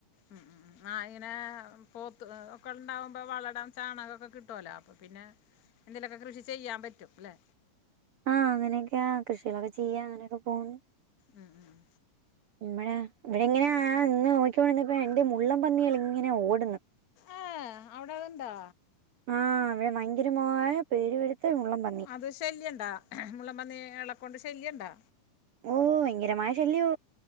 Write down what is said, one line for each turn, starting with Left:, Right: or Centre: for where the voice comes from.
Left: ഉം ഉം ആ ഇനെ. പോത്ത് ഒക്കെ ണ്ടാാവുമ്പോ വളടംൻ ചാണകമൊക്കെ കിട്ടുവലോ അപ്പൊ പിന്നെ എന്തേലുമൊക്കെ കൃഷി ചെയ്യൻ പറ്റും അല്ലേ.
Right: ആഹ് അങ്ങനെയൊക്കെയാ കൃഷികളൊക്കെ ചെയ്യാ അങ്ങനെയൊക്കെ പോണ്
Left: ഉം ഉം
Right: മ്മടെ ഇവിടെ എങ്ങനെയ ആ ഇന്ന് നോക്കിോണന്നപ്പോ ണ്ട് മുള്ളം പന്നികള ഇങ്ങനെ ഓടുന്ന്.
Left: ആഏ അവിടെത്ണ്ടാ
Right: ആഹ് ഇവടെ ഭയങ്കരമായ പെരു പെരുത്ത മുള്ളപ
Left: അത് ശല്യണ്ടാ മുള്ള പന്നിളെകൊണ്ട് ശല്യംണ്ടാ?
Right: ഓഹ് ഭയങ്കരമായ ശല്ല്യോ.